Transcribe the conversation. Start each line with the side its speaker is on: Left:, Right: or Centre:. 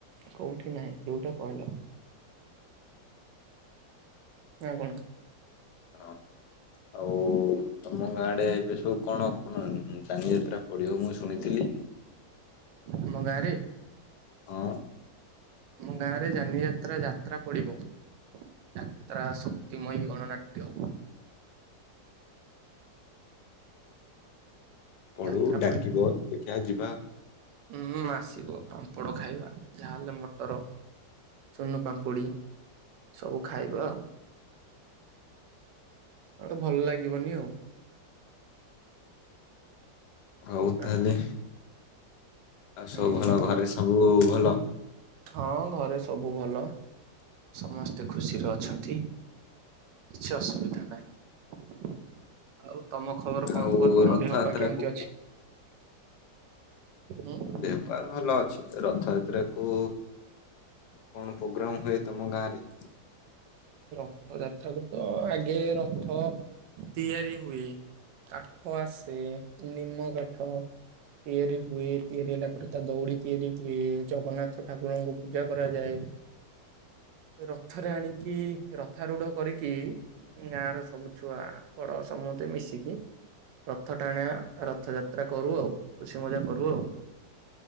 Right: କୋଉଠି ନାହିଁ ଯୋଉଟା କହିଲ। ନାଁ କଣ।
Left: ହଁ। ଆଉ ତମ ଗାଁ ଆଡେ ଏବେ ସବୁ କଣ କଣ ଯାନିଯାତ୍ରା ପଡ଼ିବ ମୁଁ ଶୁଣିଥିଲି।
Right: ଆମ ଗାଁରେ।
Left: ହଁ।
Right: ଆମ ଗାଁରେ ଯାନିଯାତ୍ରା ଯାତ୍ରା ପଡ଼ିବ। ଯାତ୍ରା ଶକ୍ତିମୟୀ ଗଣନାଟ୍ୟ।
Left: ପଢୁ
Right: ଯାତ୍ରା
Left: ଡାକିବ ଦେଖିବା ଯିବା।
Right: ଉୁଁ ଆସିବ ପାମ୍ପଡ଼ ଖାଇବା ଝାଲ୍ ମଟର। ସୁନୁ ପାମ୍ପୁଡ଼ି ସବୁ ଖାଇବା ଆଉ। ନ ହେଲେ ଭଲ ଲାଗିବନି ଆଉ।
Left: ଆଉ
Right: ନା
Left: ତାହେଲେ
Right: କଣ
Left: ଆଉ
Right: ହୁଁ
Left: ସବୁ ଭଲ ଘରେ ସବୁ। ସବୁ ଭଲ।
Right: ହଁ ଘରେ ସବୁ ଭଲ ସମସ୍ତେ ଖୁସିରେ ଅଛନ୍ତି। କିଛି ଅସୁବି। ଅସୁବିଧା ନାହିଁ ଆଉ ତମ ଖବର କଣ
Left: ଆଉ
Right: କୁହ ତମ
Left: ରଥଯାତ୍ରାକୁ
Right: ଦେହ ପା କେମିତି ଅଛି। ଉଁ।
Left: ଦେହ ପା ଭଲ ଅଛି ରଥଯାତ୍ରା କୁ କଣ ପ୍ରୋଗ୍ରାମ ହୁଏ ତମ ଗାଁ ରେ?
Right: ରଥ ଯାତ୍ରାକୁ ତ ଆଗେ ରଥ ତିଆରି ହୁଏ କାଠ ଆସେ ନିମ କା ଠ ତିଆରି ହୁଏ ତିଆରି ହେଲା ପରେ ତା ଦଉଡ଼ି ତିଆରି ହୁଏ ଜଗନ୍ନାଥ ଠାକୁରଙ୍କୁ ପୂଜା କରାଯାଏ ରଥରେ ଆଣି କି ରଥାରୂଢ କରିକି ଗାଁ ର ସବୁ ଛୁଆ ବଡ ସମସ୍ତେ ମିଶିକି ରଥ ଟାଣିଆ ରଥଯାତ୍ରା କରୁ ଆଉ ଖୁସି ମଜା କରୁ ଆଉ।